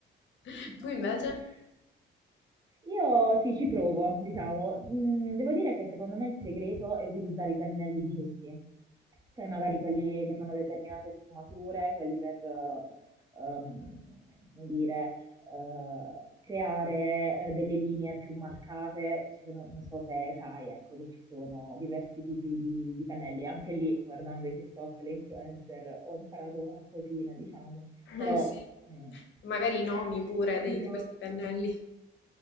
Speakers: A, on the right; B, on the left.
A: <laughs>
B: <laughs> Tu invece?
A: Io sì, ci provo, diciamo. Mhmm, devo dire che secondo me il segreto è utilizzare i pennelli giusti. Sai magari quelli che fanno determinate sfumature, quelli per, uhm, come dire, uhm, creare, ehm, delle linee più marcate. Ci sono non so se sai, ecco, che ci sono diversi tipi di di pennelli. Anche lì guardando i TikTok e le influencer ho imparato qualcosina, diciamo, però,
B: Eh sì,
A: mhmm,
B: magari
A: <laughs>
B: i nomi pure
A: evito
B: dei- di questi pennelli.